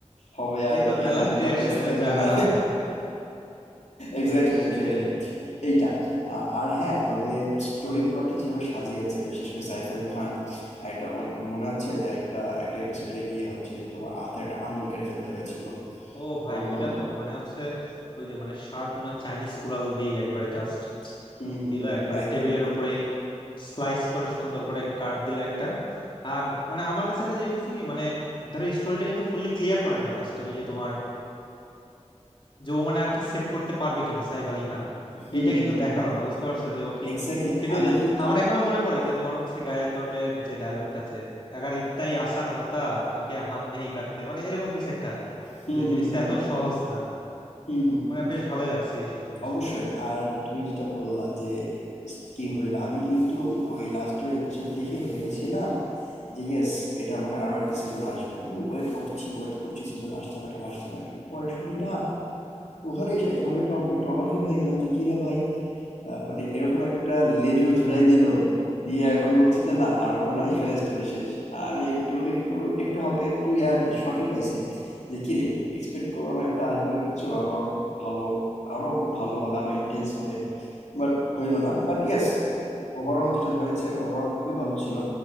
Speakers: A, on the left; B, on the left.
A: হবে আর
B: এ তো
A: এই
B: গালার
A: ধরনের
B: ডিরেকশন
A: কনটেক্সট থাকবে
B: মে যা
A: না
B: রাহা হ্যায়
A: Exactly
B: সেটাই
A: exactly এইটা আ- আর হ্যাঁ তবে স্টোরি প্লটটা যেভাবে সাজিয়েছে বিশেষ করে সাইফ আলী খান একটা অন- মনে আছে যে একটা একটা এপিসোডে গিয়ে হচ্ছে যে তোমার হাতে একটা আঙুল কেটে ফেলতে হয়েছিল
B: ও
A: তোমার
B: ভাই ওইটা
A: মনে
B: তো মানে হচ্ছে ওই যে মানে শার্প মনে হয় চাইনিজ কুড়াল দিয়ে একবারে জাস্ট
A: হুম হুম
B: দিল
A: হুম
B: একবারে
A: একদম
B: টেবিলের উপরে স্লাইস করে সুন্দর করে কাট দিল একটা আর মানে আমার কাছে একটা জিনিস হচ্ছে কি মানে ধরো স্টোরিটা কিন্তু ফুললি ক্লিয়ার করে নাই লাস্টে ওই যে তোমার যে ও মানে আর কি সেভ করতে পারবে কিনা সাইফ আলী খান
A: হুম
B: এইটা
A: হুম
B: কিন্তু
A: হুম
B: দেখালো না বুঝতে পারছো যে ও কি
A: এক্স্যাক্টলি
B: কিন্তু
A: আমি
B: ওই যে
A: কিন্তু
B: আমার এখনো মনে পড়ে যে তোমার হচ্ছে গায়তোন্ডের যে ডায়লগটা যে আগার ইতনা হি আসান হতা তোকে হাম নেহি কাটতে মানে এরকম কিছু একটা
A: হুম
B: যে
A: হুম
B: জিনিসটা
A: হুম
B: এত
A: হুম
B: সহজ না
A: হুম হুম হুম।
B: মানে বেশ ভালোই লাগছে এইসব জিনিসগুলো
A: অবশ্যই আর তুমি যেটা বললা যে কি হইলো আমি কিন্তু ওই লাস্টের এপিসোড দেখে ভেবেছিলাম যে ইয়েস এটা মনে হয় আরো একটা সিজন আসবে আমি ওয়েট করছি ওয়েট করছি সিজন আসছে না কেন আসছে না কেন পরে শুনি না ওখানেই শেষ। আমি একটু অ একটু অবাকই হয়ে গেলাম যে, "কি রে ভাই! আ মানে এরকম একটা লেজুর ঝুরাই দিল। দিয়ে এখন বলছে যে, 'না আর করো না, এখানে স্টোরি শেষ।' আমি একটু একটু একটু হালকা একটু ইয়াতে শকই পাইছি। যে, "কিরে! এক্সপেক্ট করলাম একটা আসবে আরও কিছু, আরও ভালো, আরও খুব ভালো হবে, আরও ইনটেন্স হবে।" বাট হইল না। বাট ইয়েস, ওভারঅল যেটা হয়েছে, ওভারঅল খুবই ভালো ছিল।